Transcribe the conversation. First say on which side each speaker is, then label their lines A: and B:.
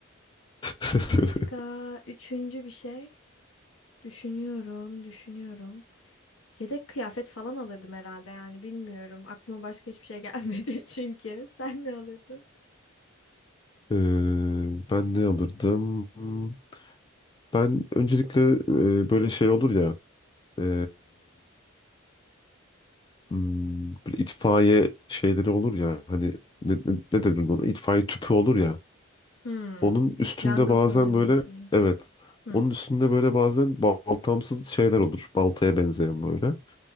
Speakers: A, on the left; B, on the left.
A: <laughs>
B: <laughs> Başka üçüncü bir şey. Düşünüyorum, düşünüyorum. Yedek kıyafet falan alırdım herhalde yani bilmiyorum. Aklıma başka hiçbir şey gelmedi <laughs> çünkü. Sen ne alırdın?
A: Ee, ben ne alırdım? Hmm, Ben öncelikle e, böyle şey olur ya e, hmm, böyle itfaiye şeyleri olur ya hani ne, ne, ne denir buna? İtfaiye tüpü olur ya.
B: Hmm.
A: Onun üstünde
B: Yangın
A: bazen
B: söndürme
A: böyle
B: şeyi.
A: evet.
B: Hmm.
A: Onun üstünde böyle bazen baltamsız şeyler olur. Baltaya benzeyen böyle.